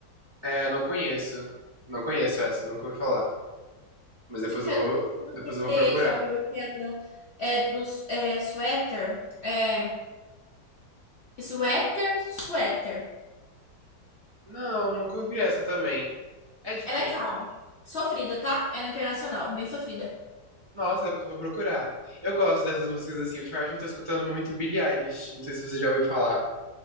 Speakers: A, on the right (about 35°); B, on the left (about 60°).
A: É, não conheço. Não conheço essa, nunca ouvi falar. Mas depois
B: Eu
A: eu vou,
B: não
A: depois
B: sei se
A: eu vou
B: você
A: procurar.
B: já ouviu aquela é do é, Sweater? É, Sweater, Sweater.
A: Não, nunca ouvi essa também. É de
B: Ela
A: quem?
B: é calma. Sofrida, tá? Ela é internacional, bem sofrida.
A: Nossa, depois eu vou procurar. Eu gosto dessas músicas assim. Ultimamente eu tô escutando muito Billie Eilish. Não sei se você já ouviu falar.